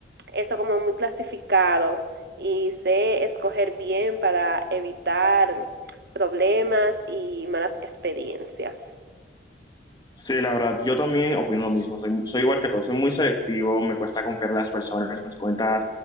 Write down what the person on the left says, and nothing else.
Sí, la verdad, yo también opino lo mismo, soy, soy igual que todos, soy muy selectivo, me cuesta confiar en las personas, me cuesta